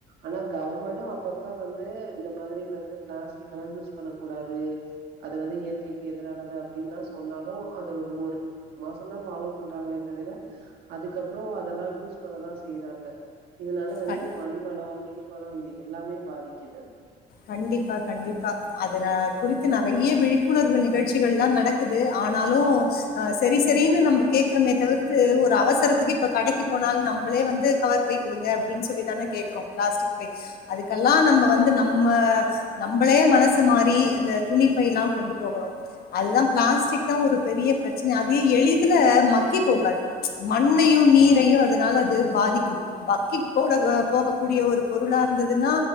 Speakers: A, on the right; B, on the left.
A: ஆனாக் கவுர்மெண்ட்டும் அப்பப்ப வந்து இந்த மாதிரி வந்து பிளாஸ்டிக் கல்லா யூஸ் பண்ணக் கூடாது அது வந்து இயற்கைக்கு எதிரானது அப்படின்ல்லா சொன்னாலு அது ஒரு ஒர் மாசோந்தா ஃபாலோ பண்றாங்களே தவிர அதுக்கப்புறம் அதல்லா யூஸ் பண்ணதா செய்யிறாங்க இதனால வந்து
B: கண்
A: மண் வளோ நீர் வளோ இது எல்லாமே பாதிக்குது
B: கண்டிப்பா கண்டிப்பா அதுன குறித்து நெறைய விழிப்புணர்வு நிகழ்ச்சிகள்லா நடக்குது ஆனாலு சேரி சேரினு நம்ம கேக்குறோமே தவிர்த்து ஒரு அவசரத்துக்கு இப்ப கடைக்கு போனாலு நம்பளே வந்து கவர் பை குடுங்க அப்டின் சொல்லிதான கேக்குறோ பிளாஸ்டிக் பை அதுக்கல்லா நம்ம வந்து நம் நம்ம நம்பளே மனசுமாரி அந்த துணிப்பைலா கொண்டு போகணு அதுதா பிளாஸ்டிக்தா ஒரு பெரிய பிரச்சன அது எளிதுல மக்கி போகாது மண்ணையு நீரையு அதனால அது பாதிக்குது மக்கி போக போகக்கூடிய ஒரு பொருளா இருந்ததுன்னா